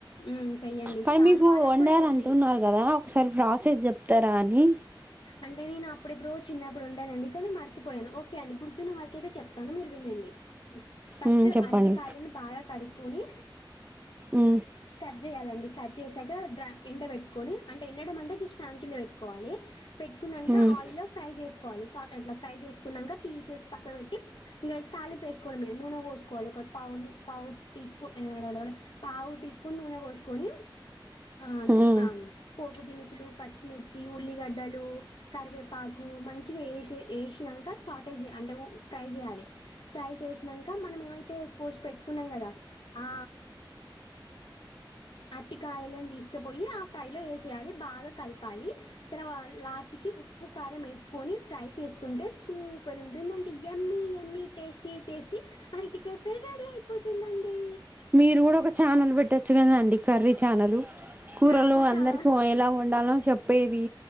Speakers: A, on the left (about 65°); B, on the right (about 20°).
A: హ్మ్. చెయ్యండి.
B: మరి
A: చాలు
B: మీకు
A: వాళ్ళకి
B: వండారు
A: కూడా హెల్తీ.
B: అంటున్నారు కదా ఒకసారి ప్రాసెస్ చెప్తారా అని
A: అంటే నేను అప్పుడెప్పుడో చిన్నప్ ఇప్పుడు ఉండనండి కానీ మర్చిపోయాను ఓకే అండి గుర్తున్న వారికియితే చెప్తాను మీరు వినండి ఫస్ట్
B: మ్మ్, చెప్పండి
A: అరటి కాయలను బాగా కడుకొ కొని
B: మ్మ్,
A: కట్ చేయాలండి కట్ చేసాక డ్ర ఎండ పెట్టుకొని అంటే ఎండడం అంటే జస్ట్ ఫ్యాన్ కింద పెట్టుకోవాలి పెట్టుకున్నాక
B: మ్మ్,
A: ఆయిల్లో ఫ్రై చేసుకోవాలి స అట్లా ఫ్రై చేసుకున్నాక తీసేసి పక్క పెట్టి ఇంకా తాలింపు వేసుకోవడమే నూనె పోసుకోవాలి ఒక పావు పావు టీ స్పూన్ పావు టీ స్పూన్ నూనె పోసుకొని ఆ
B: మ్మ్.
A: ఆ పోపు దినుస్ లు పచ్చిమిర్చిలు ఉల్లిగడ్డలు కరివేపాకు మంచిగా ఏశి ఏశినంక షార్టేజ్ <inaudible> అంటె ఫ్రై చేయాలె. ఫ్రై చేసినంక మనం ఏమైతే కోసి పెట్టుకున్నాం కదా, ఆ అర్టికాయలను తీస్కపోయి ఆ ఫ్రై లో ఏసేయాలి బాగా కల్పాలి తర్వాత్ లాస్ట్కి ఉప్పు కారం వేసుకొని ఫ్రై చేసుకుంటే సూపర్ ఉంటుందంటి యమ్మీ యమ్మీ టేస్టీ టేస్టీ అరటికాయ ఫ్రై రెడీ అయిపోతుందండి.
B: మీరు కూడా ఒక ఛానల్ పెట్టచ్చు కదా అండి కర్రీ ఛానలు కూరలు
A: నాకు
B: అందరితో
A: చా
B: ఎలా వండాలో చెప్పేది